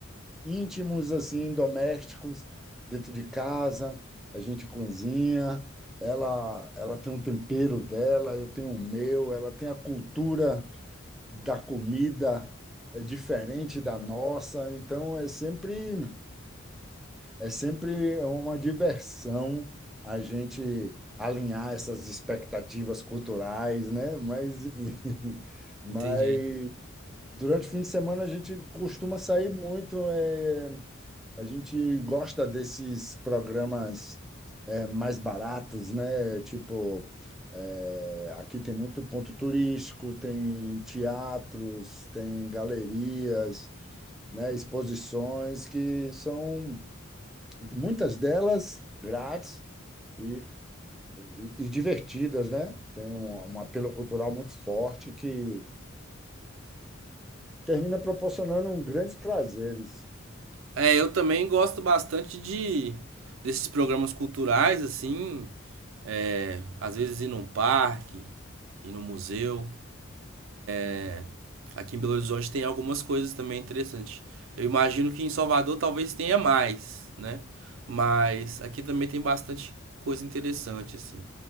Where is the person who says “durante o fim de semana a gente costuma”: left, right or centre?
Centre